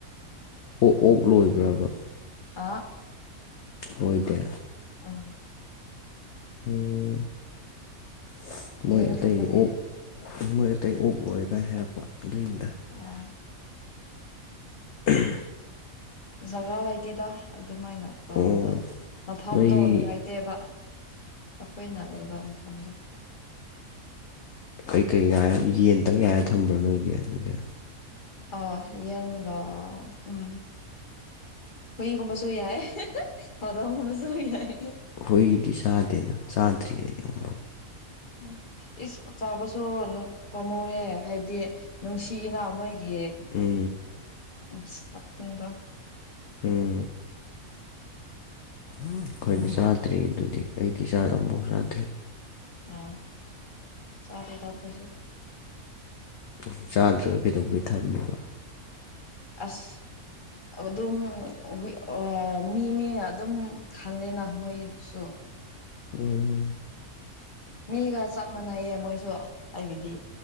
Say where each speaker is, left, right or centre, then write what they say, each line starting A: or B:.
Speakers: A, on the left; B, on the left.
A: ꯑꯣꯛ ꯑꯣꯛ ꯂꯣꯏꯕ꯭ꯔꯥꯕ
B: ꯑꯥꯍꯥ
A: ꯑꯣꯏꯗꯦ꯫
B: ꯎꯝ꯫
A: ꯎꯝ <unintelligible> ꯃꯣꯏ
B: ꯌꯦꯟ
A: ꯑꯇꯩꯗꯤ
B: ꯈꯛꯇꯅꯦ
A: ꯑꯣꯛ ꯃꯣꯏ ꯑꯇꯩ ꯑꯣꯛ ꯂꯣꯏ ꯀꯥꯏ ꯍꯥꯏꯔꯛꯄ ꯑꯗꯨꯏꯅꯤꯗ꯫
B: ꯑꯣ꯫
A: ꯎꯝ꯫
B: ꯖꯒꯥ ꯂꯩꯇꯦꯗ ꯑꯗꯨꯃꯥꯏꯅ ꯇꯧꯕꯗꯣ
A: ꯑꯣ
B: ꯃꯐꯝꯗꯣ
A: ꯅꯣꯏꯗꯤ
B: ꯅꯨꯡꯉꯥꯏ ꯇꯦꯕ ꯑꯩꯈꯣꯏꯅ ꯂꯩꯕ ꯃꯐꯝꯗꯣ꯫
A: ꯀꯩꯀꯩ ꯌꯥꯏ ꯌꯦꯟꯇꯪ ꯌꯥꯏꯔ ꯊꯝꯕ꯭ꯔꯣ ꯅꯣꯏꯗꯤ ꯑꯗꯨꯗꯤ꯫
B: ꯑ ꯌꯦꯟꯒ ꯎꯝ꯫ ꯍꯣꯏꯒꯨꯝꯕꯁꯨ ꯌꯥꯏ ꯍꯧꯗꯣꯡꯒꯨꯝꯕꯁꯨ ꯌꯥꯏ꯫
A: ꯍꯨꯏꯗꯤ ꯆꯥꯗꯦꯗ ꯆꯥꯗ꯭ꯔꯤ ꯑꯩ ꯑꯃꯨꯛꯐꯧ꯫
B: ꯎꯝ ꯏꯁ ꯆꯥꯎꯕꯁꯨ ꯀꯣꯝꯃꯧꯋꯦ ꯍꯥꯏꯕꯗꯤ ꯅꯨꯡꯁꯤꯅ ꯃꯣꯏꯒꯤ꯫
A: ꯑꯦ꯫
B: ꯑꯁ ꯀꯥꯛꯆꯤꯡꯗ꯫
A: ꯑꯦ꯫ ꯑꯩꯈꯣꯏꯗꯤ ꯆꯥꯗ꯭ꯔꯤ ꯑꯗꯨꯗꯤ ꯑꯩꯗꯤ ꯆꯥꯗ꯭ꯔꯤ ꯑꯃꯝꯐꯥꯎ ꯆꯥꯗ꯭ꯔꯤ꯫
B: ꯑꯥ ꯆꯥꯗꯦꯗ ꯑꯈꯣꯏꯁꯨ꯫
A: ꯎꯝ ꯆꯥꯗ꯭ꯔꯒ ꯀꯩꯗꯧꯕꯩ ꯊꯝꯃꯤꯕ꯫
B: ꯑꯁ ꯑꯗꯨꯝ ꯍꯨꯏ ꯃꯤꯅꯤꯅ ꯑꯗꯨꯝ ꯈꯪꯉꯦꯅ ꯃꯣꯏꯕꯨꯁꯨ꯫
A: ꯎꯝ꯫
B: ꯃꯤꯒ ꯆꯞ ꯃꯥꯟꯅꯩꯌꯦ ꯃꯣꯏꯁꯨ ꯍꯥꯏꯕꯗꯤ